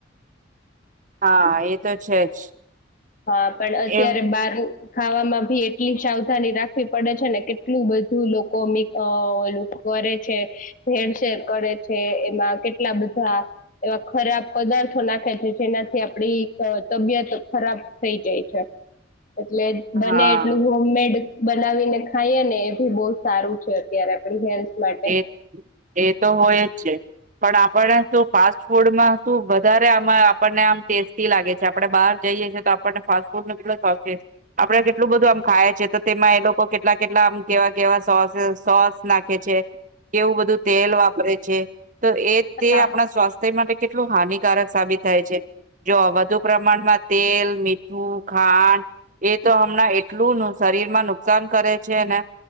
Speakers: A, on the right (about 40°); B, on the left (about 45°).
A: હા એ તો છે જ
B: હા પણ અત્યારે
A: એ
B: બારનું ખાવામાં ભી એટલી સાવધાની રાખવી પડે છે ને કેટલું બધું લોકો મિ અ ઓલું કરે છે ભેરસેેર કરે છે એમાં કેટલા બધા એવા ખરાબ પદાર્થો નાખે છે જેનાથી આપડી તબિયત ખરાબ થઇ જાય છે એટલે
A: હા
B: બને એટલું હોમમેડ બનાવીને ખાઈએ ને એ ભી બહ સારું છે અત્યારે આપડી હેલ્થ માટે
A: એ એ તો હોય જ છે પણ આપણે શું ફાસ્ટ છોડમાં શું વધારે આમાં આપણને આમ ટેસ્ટી લાગે છે આપડણે બહાર જઈએ છે તો આપણને ફાસ્ટ ફૂડ નો કેટલો શોખ છે આપડે કેટલું બધું આમ ખાય છે તો તેમાં એ લોકો કેટલા કેટલા આમ કેવા કેવા સોસે સોસ નાખે છે કેવું બધું તેલ વાપરે છે તો એ તે
B: હા
A: આપણા સ્વાસ્થ્ય માટે કેટલું હાનિકા કારક સાબિત થાય છે જો વધુ પ્રમાણમાં તેલ મીઠ હું ખાંડ એ તો હમણાં એટલું નુક શરીર માં નુકસાન કરે છે ને